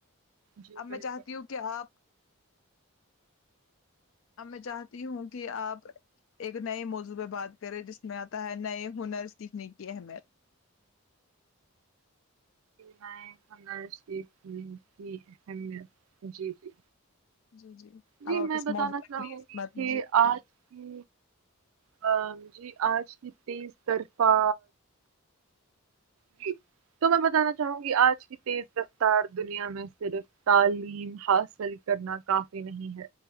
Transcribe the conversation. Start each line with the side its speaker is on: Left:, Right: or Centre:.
Right: جی
Left: اب
Right: بالکل
Left: میں چاہتی ہوں کہ آپ اب میں چاہتی ہوں کہ آپ ایک نئے موضوعہ بات کرے جس میں آتا ہے نئے ہنر سیکھنے کی اہمیت
Right: نئ ہنر کی اہمیت جی جی
Left: جی جی اب
Right: جی
Left: آپ
Right: میں
Left: اس
Right: بتانا
Left: موضوع پہ
Right: چاہوں
Left: پلیز
Right: گی
Left: بات کیجیے
Right: کہ آج کی ہ جی آج کی تیز طرفہ جی تو میں بتانا چاہوں گی آج کی تیز رفتار دنیا میں صرف تعلیم حاصل کرنا کافی نہیں ہے